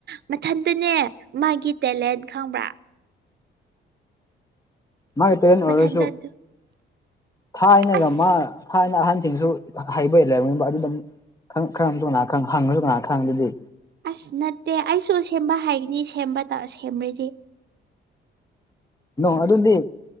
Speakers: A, on the right (about 60°); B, on the left (about 15°).
A: ꯃꯊꯟꯇꯅꯦ ꯃꯥꯒꯤ ꯇꯦꯂꯦꯟ ꯈꯪꯕ꯭ꯔꯥ
B: ꯃꯥꯒꯤ ꯇꯦꯟ ꯑꯣꯏꯔꯁꯨ
A: ꯃꯊꯟꯇ ꯑꯗꯨ
B: ꯊꯥꯏꯅꯒ
A: ꯑꯁ
B: ꯃꯥ ꯊꯥꯏꯅ ꯑꯍꯟꯁꯤꯡꯁꯨ ꯍꯩꯕꯩ ꯂꯩꯔꯝꯅꯤꯡꯕ ꯑꯗꯨꯗꯪ ꯈꯔꯝ ꯀꯅꯥ ꯈ ꯍꯪꯉꯁꯨ ꯀꯅꯥ ꯈꯪ ꯑꯗꯨꯗꯤ
A: ꯑꯁ ꯅꯠꯇꯦ ꯑꯩꯁꯨ ꯁꯦꯝꯕ ꯍꯥꯏꯒꯅꯤ ꯁꯦꯝꯕ ꯁꯦꯝ꯭ꯔꯗꯤ
B: ꯅꯣ ꯑꯗꯨꯗꯤ